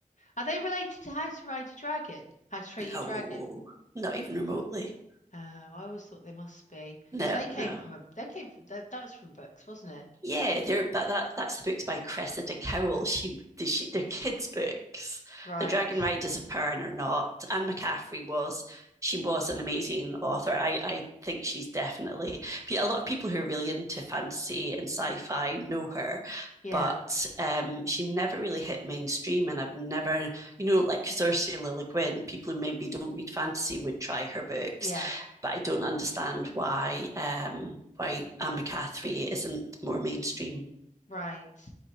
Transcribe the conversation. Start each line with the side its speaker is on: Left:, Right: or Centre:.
Left: Are they related to How to Ride Your Dragon? How to Train
Right: No,
Left: Your Dragon?
Right: not even remotely.
Left: Uh, I always thought they must be because
Right: No,
Left: they came
Right: no.
Left: from a they came from that that was from books, wasn't it?
Right: Yeah, they're but that that's the books by Cressida Cowell. She, she they're kids' books.
Left: Right.
Right: The Dragon Riders of Pern are not. Anne McCaffrey was. She was an amazing author. I I think she's definitely a lot of people who are really into fantasy and sci-fi know her.
Left: Yeah.
Right: But um, she never really hit mainstream, and I've never, you know, like because Ursula Le Guin, people who maybe don't read fantasy would try her books,
Left: Yeah.
Right: but I don't understand why um, why Anne McCaffrey isn't more mainstream.
Left: Right.